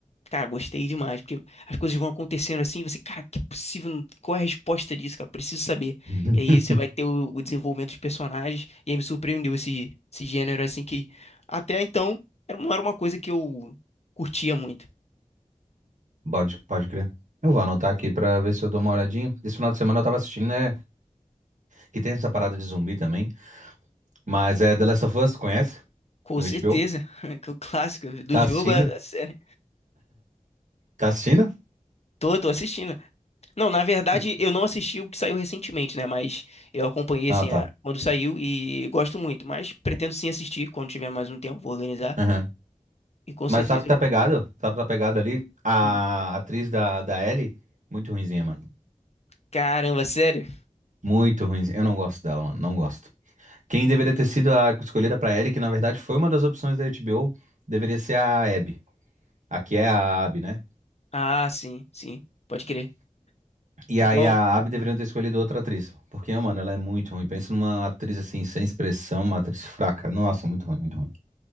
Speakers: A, on the left; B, on the right.
A: Cara, gostei demais, porque as coisas vão acontecendo assim, e você, cara, que é possível, qual é a resposta disso, cara? Preciso saber.
B: <laughs>
A: E aí você vai ter o, o desenvolvimento dos personagens, e aí me surpreendeu esse, esse gênero, assim, que até então era- não era uma coisa que eu curtia muito.
B: Pode, pode crer. Eu vou anotar aqui pra ver se eu dou uma olhadinha. Esse final de semana eu tava assistindo, né? Que tem essa parada de zumbi também. Mas é The Last of Us, conhece?
A: Com
B: No
A: certeza,
B: HBO.
A: <laughs> que o clássico do
B: Tá
A: jogo
B: assistindo?
A: é da série.
B: Tá assistindo?
A: Tô, tô assistindo. Não, na verdade,
B: Tu-
A: eu não assisti o que saiu recentemente, né? Mas eu acompanhei,
B: Ah,
A: assim,
B: tá.
A: a- quando saiu e gosto muito. Mas pretendo sim assistir quando tiver mais um tempo, vou organizar.
B: Aham.
A: E com
B: Mas
A: certeza
B: sabe que tá
A: eu vou.
B: pegado? Sabe que tá pegado ali? A
A: Hum.
B: atriz da, da Ellie, muito ruinzinha, mano.
A: Caramba, sério?
B: Muito ruinzinha. Eu não gosto dela, mano. Não gosto. Quem deveria ter sido a escolhida pra Ellie, que na verdade foi uma das opções da HBO, deveria ser a Abby. Aqui é a Abby, né?
A: Ah, sim, sim, pode crer.
B: E
A: Então,
B: aí a Abby deveria ter escolhido outra atriz. Porque, mano, ela é muito ruim. Pensa numa atriz assim, sem expressão, uma atriz fraca. Nossa, muito ruim, muito ruim.